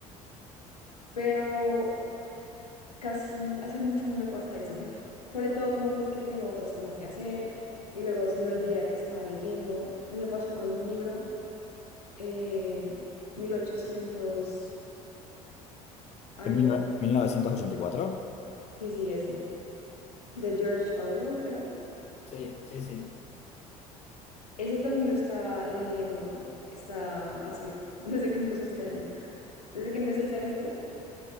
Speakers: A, on the left; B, on the left.
A: pero casi hace mucho no me pasa eso. <laughs> Sobre todo como porque tengo otras cosas que hacer y luego se me olvida que estaba leyendo. Me pasó con un libro, eh, 1800 algo,
B: En 19- 1984
A: sí, sí, ese, de George Orwell, creo.
B: Sí, sí, sí.
A: Ese también lo estaba leyendo está hace, <laughs> desde que empezó este año, desde que empezó el semestre.